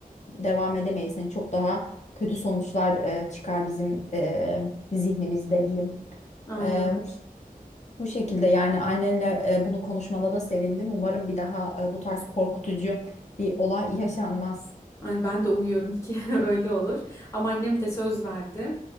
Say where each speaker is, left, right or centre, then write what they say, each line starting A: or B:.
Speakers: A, on the left; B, on the left.
A: devam edemeyiz. Hani çok daha kötü sonuçlar e, çıkar bizim e, zihnimizde diyeyim.
B: Aynen.
A: E, bu, ş- bu şekilde yani annenle e, bunu konuşmana da sevindim. Umarım bir daha e, bu tarz korkutucu bir olay yaşanmaz.
B: Ay ben de umuyorum ki <laughs> öyle olur. Ama annem de söz verdi.